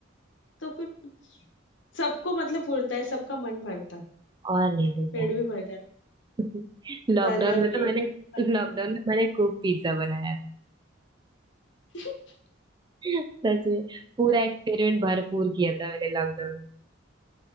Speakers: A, on the left; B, on the right.
A: तो फिर सबको मतलब पूरता है सबका मन भरता है
B: और नहीं तो क्या
A: पेट भी भर जाता
B: <laughs> लॉकडाउन
A: है बर्गर
B: में
A: भी
B: तो मैंने
A: बर्गर
B: लॉकडाउन में मैंने खूब पिज्जा बनाया
A: <laughs>
B: सच में पूरा
A: अच्छा
B: एक्सपेरिमेंट भरपूर किया था मैंने लॉकडाउन में